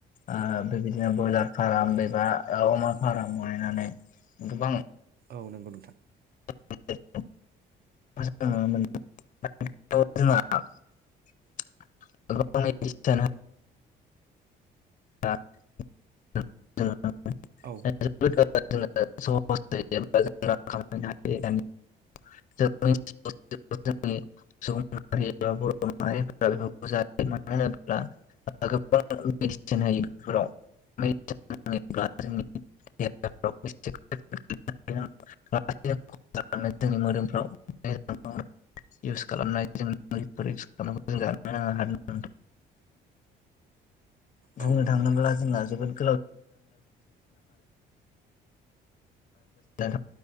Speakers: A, on the left (about 40°); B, on the right (about 50°).
A: ओ बेबायदिनो ब्रयलार फार्ाम एबा अमा फार्म गनायनानै गोबां
B: औ नंगौ नोंथां।
A: <unintelligible> <unintelligible> <unintelligible>
B: औ
A: <unintelligible> <unintelligible> <unintelligible> <unintelligible> <unintelligible> जोंनि <unintelligible> <unintelligible> जोंनि मोदोमफ्राव <unintelligible>
B: औ
A: बुंनो
B: नंगौ
A: थाङोब्ला
B: नोंथां
A: जोंना जोबोद <unintelligible>